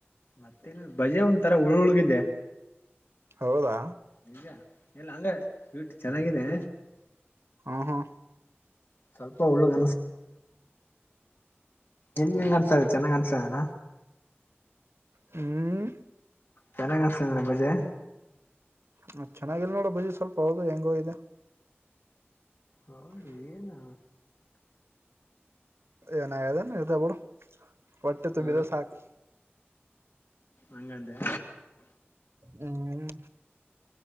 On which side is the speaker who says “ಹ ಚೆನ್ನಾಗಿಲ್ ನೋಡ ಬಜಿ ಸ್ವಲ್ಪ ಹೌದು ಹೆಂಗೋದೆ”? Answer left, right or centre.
Right